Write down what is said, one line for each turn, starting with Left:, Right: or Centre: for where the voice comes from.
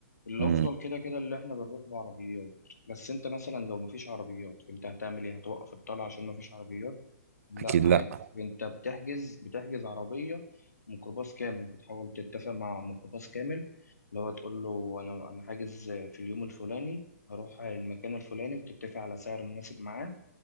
Left: الافضل
Right: امم
Left: كده كده اللي احنا بنروح بعربيات بس انت مثلا لو مفيش عربيات انت هتعمل ايه هتوقف الطلعه عشان مفيش عربيات لا
Right: اكيد
Left: عادي
Right: لا
Left: انت بتحجز بتحجز عربيه ميكروباص كامل بتحاول تتفق مع ميكروباص كامل لو هتقول له انا انا حاجز في اليوم الفلاني هروح المكان الفلاني وتتفق على سعر مناسب معاه